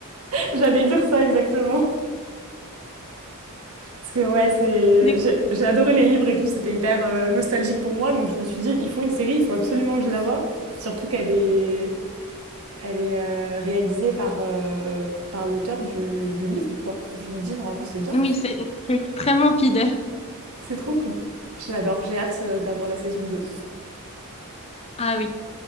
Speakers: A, on the right; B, on the left.
A: J'allais dire ça exactement. Parce que ouais, c'est...
B: Du- coup,
A: J'ai, j'ai adoré les livres et tout, c'était hyper euh, nostalgique pour moi, donc je me suis dit, il faut une série, il faut absolument que je la voie, surtout qu'elle est, elle est euh, réalisée par, euh, par l'auteur du, du livre, quoi. Donc je me dis, normalement, c'est bien,
B: Oui, c'est c'est extrêmement fidèle.
A: c'est trop cool. Je l'adore, j'ai hâte euh, d'avoir la saison deux
B: Ah oui.